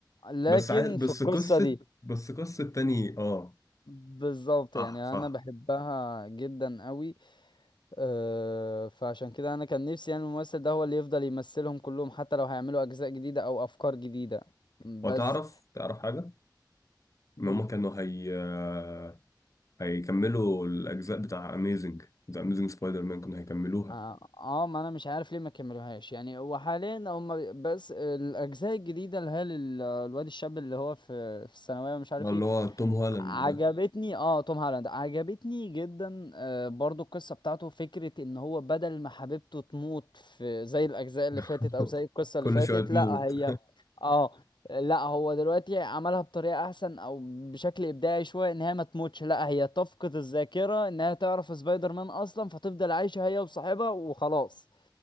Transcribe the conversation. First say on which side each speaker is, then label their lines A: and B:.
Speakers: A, on the left (about 80°); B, on the left (about 45°).
A: لكن
B: بس عايز بس
A: في القصة
B: قصة
A: دي
B: بس قصة تاني اه
A: بالظبط
B: صح
A: يعني
B: صح
A: انا بحبها جدا قوي أه فعشان كده انا كان نفسي يعني الممثل ده هو اللي يفضل يمثلهم كلهم حتى لو هيعملوا اجزاء جديدة او افكار جديدة بس
B: وتعرف تعرف حاجة إن
A: و-
B: هما كانوا هي آه، هيكملوا الأجزاء بتاع أميزنج ذا أميزنج سبايدر مان كانوا هيكملوها
A: اه آه، ما انا مش عارف ليه ما كملوهاش يعني هو حاليا هم بس الاجزاء الجديدة اللي هي لل- الواد الشاب اللي هو في في الثانوية ومش عارف
B: اللي
A: ايه
B: هو توم هولاند
A: عجبتني
B: ده
A: اه توم هالاند عجبتني جدا آه برضو القصة بتاعته فكرة ان هو بدل ما حبيبته تموت في زي الاجزاء اللي فاتت
B: <laughs>
A: او زي القصة
B: كل
A: اللي فاتت
B: شوية تموت
A: لا هي اه لا هو دلوقتي عملها بطريقة احسن او بشكل ابداعي شوية ان هي ما تموتش لا هي تفقد الذاكرة انها تعرف سبايدر مان اصلا فتفضل عايشة هي وصاحبها وخلاص